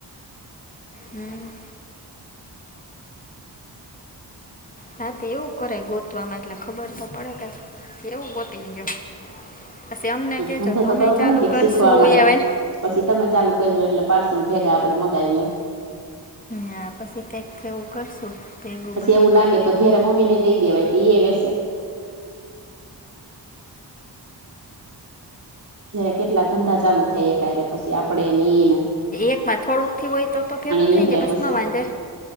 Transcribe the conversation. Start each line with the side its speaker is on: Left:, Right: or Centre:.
Left: હમ. રાતે એવું કરાય ગોતવામાં એટલે ખબર તો પડે એવું ગોતી લીયો. પછી અમને
Right: કઈક
Left: કેજો
Right: ધંધો
Left: તો અમે
Right: કરવો
Left: ચાલુ
Right: પડે ને કઈક
Left: કરશું
Right: શીખવા મળે
Left: એ હવે.
Right: પછી તમે ચાલુ કરજો એટલે પાર્સલ ભેગા આપડે મગાવી લેવ.
Left: હા પછી કઈક એવું કરશું ભેગું
Right: પછી
Left: બધું.
Right: એવું લાગે તો ઘેરે મમ્મી ને દઈ દેવાય એ વેસે. જય્યારે કેટલા ધંધા ચાલુ થાય ક્યારે પછી આપડે ને એઈ ને
Left: એક માં થોડુંક થી હોય તો તો ભેગું
Right: નીકળે
Left: થઈ જાય બસ
Right: પછી
Left: ન વાંધે.